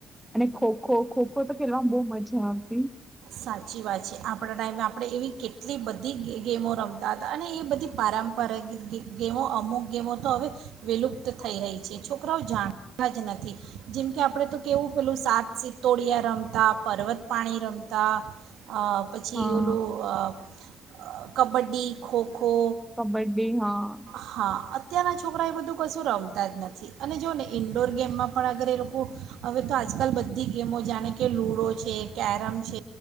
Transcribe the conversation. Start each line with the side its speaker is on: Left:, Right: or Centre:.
Centre: અને ખોખો ખોખો તો ખેલવામાં બહ મજા આવતી.
Right: સાચી વાત છે આપણા ટાઈમે આપણે એવી કેટલી બધી ગ ગેમો રમતા હતા અને એ બધી પારંપરગ ગેમો અમુક ગેમો તો હવે વિલુપ્ત થઈ રહી છે છોકરાઓ જાણતા જ નથી જેમ કે આપણે તો કેવું પેલું સાત સિત્તોડિયા રમતા પર્વત પાણી રમતા. કતા પછી
Centre: હા
Right: ઓલું કબડ્ડી ખો ખો.
Centre: કબડ્ડી હા
Right: હા અત્યારના છોકરા એ બધું કશું રમતા જ નથી અને જોુઓ ને ઇન્ડોર ગેમમાં પણ અગર એ લોકો હવે તો આજકાલ બધી ગેમો જાણે કે લૂડો છે કેરમ છે